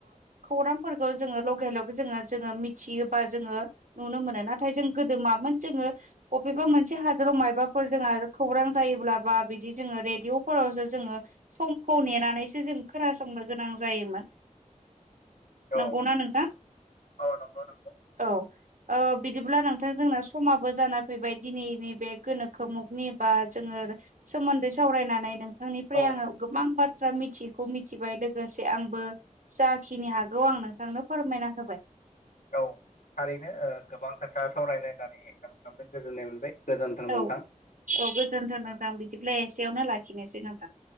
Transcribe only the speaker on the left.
औ
औ नंगौ नंगौ
औ
औ थारैनो ओ गोबां खोथा सावरायलायनानै आं खालामदों गोजोननाय मोनबाय। गोजोन्थों
नोंथां।